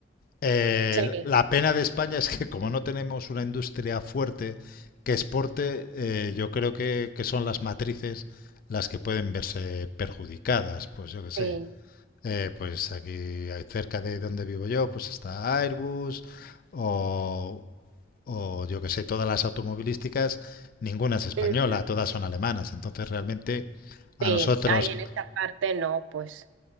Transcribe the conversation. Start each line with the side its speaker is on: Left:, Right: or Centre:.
Left: eh,
Right: sí,
Left: la pena de España es que como no tenemos una industria fuerte que exporte, eh, yo creo que, que son las matrices las que pueden verse perjudicadas. Pues yo qué sé.
Right: sí.
Left: eh, pues aquí hay- cerca de donde vivo yo, pues está Airbus o o yo que sé, todas las automovilísticas, ninguna es española,
Right: ujú,
Left: todas son alemanas. Entonces realmente a
Right: Sí,
Left: nosotros,
Right: ahí en esa parte no, pues.